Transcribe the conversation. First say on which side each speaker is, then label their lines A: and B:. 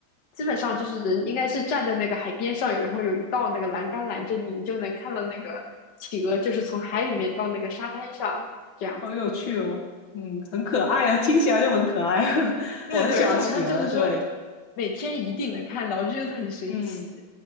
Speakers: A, on the left; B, on the left.
A: 基本上就是人应该是站在那个海边上有，然后有一道那个栏杆拦着你，你就能看到那个企鹅就是从海里面到那个沙滩上这样。
B: 好有趣哦，嗯，很可爱啊，听起来就很可爱，<laughs>
A: 对对对而且好像就是说
B: 我很喜欢企鹅，对，
A: 每天一定能看到，我就觉得很神奇。
B: 嗯。